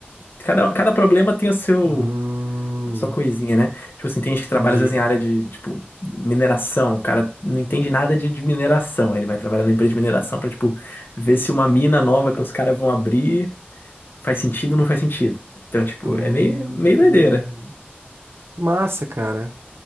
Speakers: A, on the left (about 60°); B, on the right (about 85°).
A: cada, cada problema tem o seu,
B: Hum,
A: a sua coisinha, né? Tipo assim, tem gente que trabalha
B: entendi.
A: às vezes em área de, tipo, mineração, o cara não entende nada de, de mineração. Aí ele vai trabalhar numa empresa de mineração pra, tipo, ver se uma mina nova que os caras vão abrir faz sentido ou não faz sentido. Então, tipo,
B: Hum,
A: é meio, meio doideira.
B: que massa, cara.